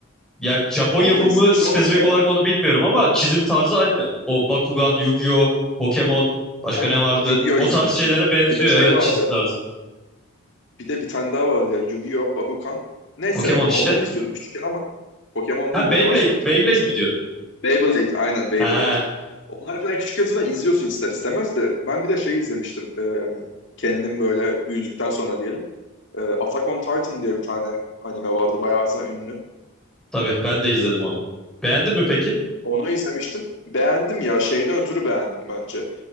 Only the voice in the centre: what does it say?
Ya Japon
yapımı
spesifik
olarak onu bilmiyorum ama çizim tarzı anime. O Bakugan, Yu-Gi-Oh, Pokemon, başka
ne vardı?
O
tarz şeylere benziyor
evet
çizim tarzı.
Pokemon
işte.
Ha
Beyblade,
Beyblade
mi diyordun?
Ha
tabii ben de
izledim onu. Beğendin mi peki?